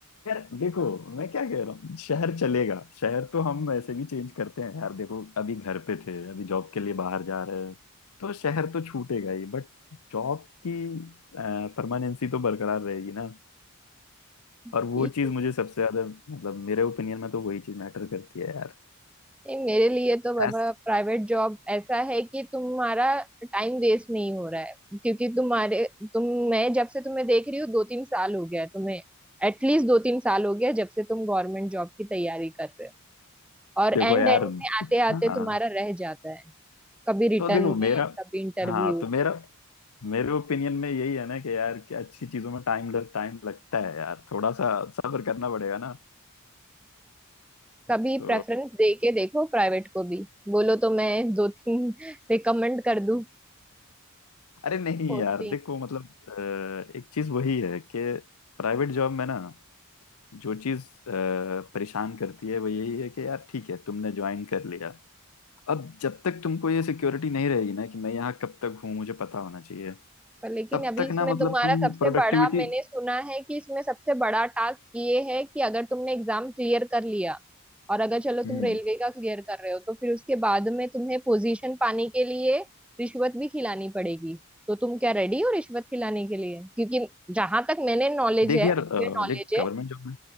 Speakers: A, on the left; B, in the centre.
A: यार देखो मैं क्या कह रहा हूँ शहर चलेगा शहर तो हम ऐसे भी चेंज करते हैं यार देखो अभी घर पे थे अभी जॉब के लिए बाहर जा रहे हैं तो शहर तो छूटेगा ही बट जॉब की परमानेंसी तो बरकरार रहेगी ना
B: ठीक
A: और वो चीज मुझे सबसे ज्यादा मतलब मेरे ओपिनियन में तो वही चीज मैटर करती है यार
B: है मेरे लिए तो बाबा
A: ऐस
B: प्राइवेट जॉब ऐसा है कि तुम्हारा टाइम वेस्ट नहीं हो रहा है क्योंकि तुम्हारे तुम मैं जब से तुम्हें देख रही हूँ दो तीन साल हो गया है तुम्हें एटलीस्ट दो तीन साल हो गया जब से तुम गवर्नमेंट जॉब की तैयारी कर रहे हो और एंड
A: देखो यार
B: एंड में आते आते
A: हाँ
B: तुम्हारा रह जाता है कभी रिटर्न
A: तो देखो मेरा
B: में कभी इंटरव्यू
A: हाँ तो मेरा मेरे ओपिनियन में यही है ना कि यार कि अच्छी चीजों में टाइम लग टाइम लगता है यार थोड़ा सा सब्र करना पड़ेगा ना
B: कभी
A: तो
B: प्रेफरेंस दे के देखो प्राइवेट को भी बोलो तो मैं दो तीन <laughs> रिकमेंड कर दूं
A: अरे नहीं
B: पोस्टिंग
A: यार देखो मतलब अ, एक चीज वही है कि प्राइवेट जॉब में ना जो चीज परेशान करती है वो यही है कि यार ठीक है तुमने ज्वाइन कर लिया अब जब तक तुमको ये सिक्योरिटी नहीं रहेगी ना कि मैं यहाँ कब तक हूँ मुझे पता होना चाहिए
B: पर लेकिन
A: तब
B: अभी
A: तक
B: इसमें
A: ना मतलब
B: तुम्हारा
A: तुम
B: सबसे
A: प्रोडक्टिविटी
B: बड़ा मैंने सुना है कि इसमें सबसे बड़ा टास्क ये है कि अगर तुमने एग्जाम क्लियर कर लिया और अगर चलो तुम
A: हम्म
B: रेलवे का क्लियर कर रहे हो तो फिर उसके बाद में तुम्हें पोजीशन पाने के लिए रिश्वत भी खिलानी पड़ेगी तो तुम क्या रेडी हो रिश्वत खिलाने के लिए क्योंकि जहां तक मैंने नॉलेज
A: देख
B: है
A: यार
B: मुझे
A: अ,
B: नॉलेज
A: देख
B: है
A: गवर्नमेंट जॉब में